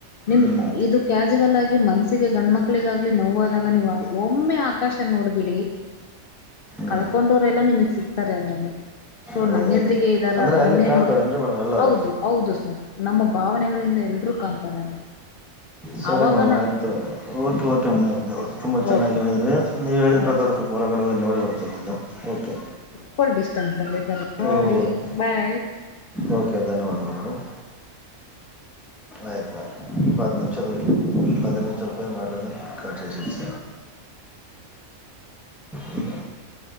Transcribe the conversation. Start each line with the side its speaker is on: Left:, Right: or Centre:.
Left: ನಿಮ
Centre: ಹ್ಮ್
Left: ಇದು ಕ್ಯಾಸುವಲ್ ಆಗಿ ಮನ್ಸ್ಸಿಗೆ ಗಣ್ಮಕ್ ಮಕ್ಳಿಗಾಗ್ಲಿ ನೋವಾದಾಗ ನೀವು ಒಮ್ಮೆ ಆಕಾಶ ನೋಡ್ಬಿಡಿ
Centre: ಹ್ಮ್
Left: ಕಳ್ಕೊಂಡೂರೆ ಎಲ್ಲಾ ನಿಮಗ್ ಸಿಗ್ತಾರೆ ಅದ್ರಲ್ಲಿ ಸೊ
Centre: ಹೌದೇನ್ರಿ
Left: ನನ್ನೆದ್ರಿಗೆ ಇದ್ದಾರಾ
Centre: ಅಂದ್ರೆ ಅಲ್ಲಿ
Left: ನನ್ನೇ
Centre: ಕಾಣ್ತಾವೇನ್ರಿ
Left: ನೋಡ್ತ
Centre: ಮೇಡಮ್ ಎಲ್ಲಾರು
Left: ಹೌದು ಹೌದು ಸರ್ ನಮ್ಮ ಭಾವನೆಗಳಿಂದ ಎಲ್ರುೂ ಕಾಣ್ಂತಾರ ಅಲ್ಲಿ
Centre: ಸರಿ
Left: ಅವಾಗನ
Centre: ಮೇಡಮ್ ಆಯ್ತು ಓಕೆ ಓಕೆ ಮೇಡಮ್ ತುಂಬ ಚೆನ್ನಾಗಿ
Left: ಓಕೆ
Centre: ಹೇಳಿದ್ರೆ
Left: ಸರ್
Centre: ನೀವು ಹೇಳಿದ ಪ್ರಕಾರ
Left: ಓಕೆ
Centre: ಸ್ವಲ್ಪ ಹೊರಗಡ ನೋಡಿ ಬರ್ತದೆ ಮೇಡಮ್ ಓಕೆ
Left: ಫುಲ್ ಡಿಸ್ಟೆನ್ಸ್ ಅಲ್ಲಿ ಇದಾರೆ ನೋಡಿ
Centre: ಓಕೆ
Left: ಬೈ
Centre: ಓಕೆ ಧನ್ಯವಾದಗಳು ಮೇಡಮ್ ಆಯ್ಪಾ ಪತ್ತು ನಿಮಷದಲ್ಲಿ ಪದ ನಿಮಿಷದ ಪೇರು ಮದಲನ ಕಟ್ಸ ಸ <unintelligible> <inaudible> <unintelligible>